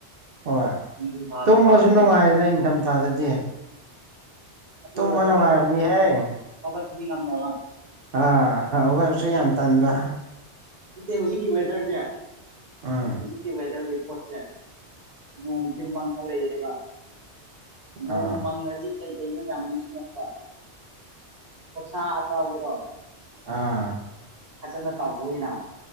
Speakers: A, on the right; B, on the right.
A: ꯍꯣꯏ
B: ꯅꯣꯡꯖꯨ ꯊꯥꯁꯨ
A: ꯇꯨꯝꯃꯖꯨ
B: ꯄꯥꯝꯃꯦ
A: ꯅꯨꯉꯥꯏꯔꯦꯅ ꯏꯪꯊꯝꯊꯥꯗꯗꯤ
B: ꯑꯗꯨꯒ
A: ꯇꯨꯝꯕ
B: ꯍꯧꯒꯠꯄ
A: ꯅꯨꯡꯉꯥꯏꯕꯅꯤꯍꯦ
B: ꯍꯧꯒꯠꯄꯗꯤ ꯉꯝꯗꯕ
A: ꯑꯥ <unintelligible> ꯕꯨꯁꯨ ꯌꯥꯝ ꯇꯟꯕ
B: ꯅꯠꯇꯦ ꯍꯨꯖꯤꯛꯀꯤ ꯋꯦꯗꯔꯖꯦ
A: ꯑꯥ
B: ꯍꯨꯖꯤꯛꯀꯤ ꯋꯦꯗꯔ ꯔꯤꯄꯣꯔꯠꯁꯦ ꯅꯣꯡꯁꯦ ꯃꯪꯉ ꯂꯩꯌꯦꯕ
A: ꯑꯥ
B: ꯅꯣꯡ ꯃꯪꯉꯗꯤ ꯀꯩ ꯀꯩꯅꯣ ꯌꯥꯝ ꯅꯤꯡꯁꯤꯡꯂꯛꯄ ꯑꯣꯛꯁꯥ ꯑꯇꯥꯎꯕꯗꯣ
A: ꯑꯥ
B: ꯐꯖꯅ ꯇꯥꯎꯊꯣꯛꯑꯦꯅ